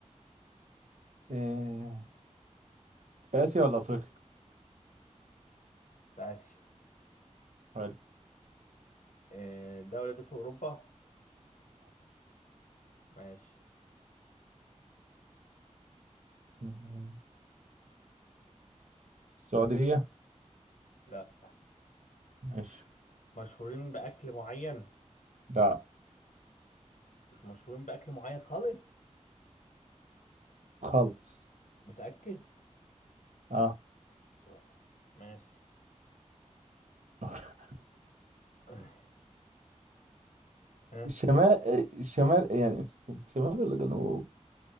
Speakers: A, on the right; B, on the left.
A: إيه، في اسيا ولا افريقيا
B: في اسيا
A: حلو
B: إيه الدولة دي في اوروبا ماشي
A: اه السعودية
B: يلا لا
A: ماشي
B: مشهورين بأكل معين
A: لا
B: مش مشهورين بأكل معين خالص
A: خالص
B: متأكد
A: اه
B: سوح ماشي
A: <laughs>
B: <laughs> اه
A: الشمال
B: اسم
A: الشمال يعني استنى، شمال ولا جنوب